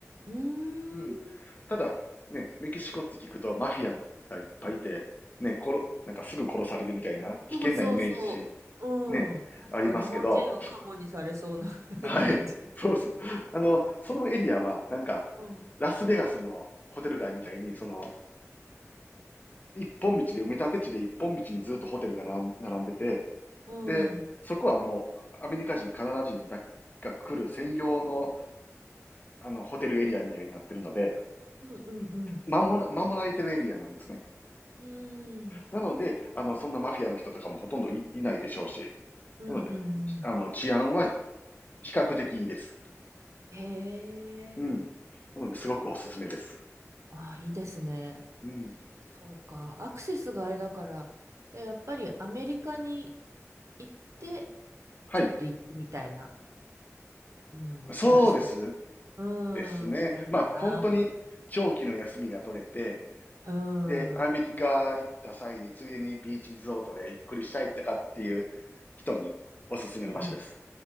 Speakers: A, on the right; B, on the left.
A: うん。うーん。
B: うん。ただ、ね、メキシコって聞くとマフィアがいっぱいいて、ね、殺、なんかすぐ殺されるみたいな危険なイメージ、
A: そうそうそう。
B: ね、
A: うん。なんか日本人はカモにされそうな
B: ありますけど、はい。
A: <laughs> 感じ。
B: そうそう。あの、そのエリアは、なんか、
A: うん。
B: ラスベガスのホテル街みたいに、その、一本道で、埋め立て地で一本道にずっとホテルがな並んでて、
A: うん。
B: で、そこはもう、アメリカ人、カナダ人だが来る専用の、あの、ホテルエリアみたいになってるので、
A: うんうんうん。
B: 守ら、守られてるエリアなんですね。
A: うーん。
B: なので、あの、そんなマフィアの人とかもほとんどい、いないでしょうし、
A: うんうんうん。
B: なので、あの、治安は比較的いいです。
A: へえ。
B: うん。なので、すごくおすすめです。
A: あいいですね。
B: うん。
A: そうか。アクセスがあれだから、で、やっぱりアメリカに行って、
B: はい。
A: ちょっと行くみたいな。うん。
B: そうです。
A: プラスアルファ、
B: ですね。
A: うん。がいいかな。
B: まあ、本当に長期の休みが取れて、
A: うん。
B: で、アメリカ行った際に、ついでにビーチリゾートでゆっくりしたいとかっていう人におすすめの場所です。
A: うん。